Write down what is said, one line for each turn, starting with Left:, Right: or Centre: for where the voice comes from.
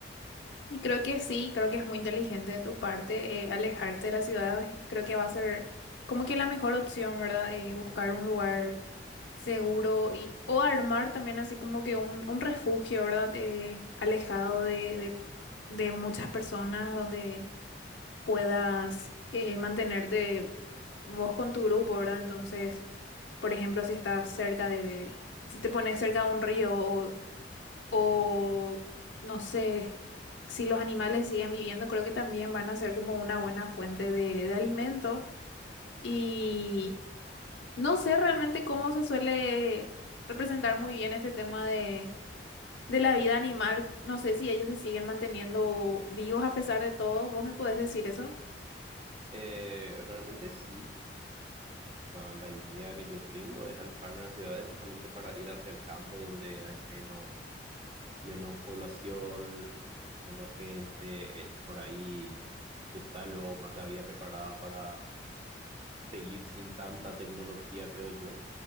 Left: Y creo que sí, creo que es muy inteligente de tu parte eh, alejarte de la ciudad. Creo que va a ser como que la mejor opción, ¿verdad? Eh, buscar un lugar seguro y o armar también así como que un, un refugio, ¿verdad? Eh, alejado de, de, de muchas personas donde puedas eh, mantenerte vos con tu grupo, ¿verdad? Entonces, por ejemplo, si estás cerca de, si te pones cerca de un río o, o no sé, si los animales siguen viviendo, creo que también van a ser como una buena fuente de, de alimento. Y no sé realmente cómo se suele representar muy bien este tema de, de la vida animal. No sé si ellos se siguen manteniendo vivos a pesar de todo. ¿Vos me podés decir eso?
Right: Eh, realmente sí, la, la idea que yo tengo es alejarme de las ciudades justamente para ir hacia el campo donde hay menos menos población, eh, menos gente, eh, por ahí está luego más la vía preparada para seguir sin tanta tecnología, creo yo.